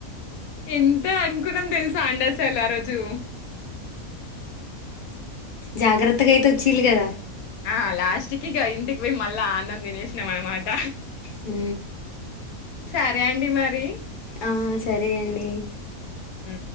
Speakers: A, on the left; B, on the left.
A: ఎంత అనుకున్నాం తెలుసా అండస్ సలు ఆ రోజు
B: జాగ్రత్తగా అయితే వొచ్చిళ్ళు గదా
A: ఆ లాస్ట్ కి ఇగ ఇంటికి పోయి మళ్ళా అన్నం తినేసినం అనమాట
B: ఊ
A: సరే అండి మరి
B: ఆ సరే అండి
A: మ్